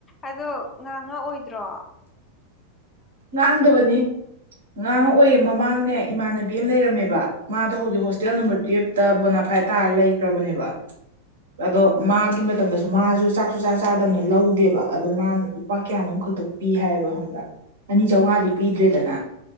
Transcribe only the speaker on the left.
ꯑꯗꯣ ꯉꯥꯡꯉꯥꯛꯑꯣꯏꯗ꯭ꯔꯣ
ꯎꯝ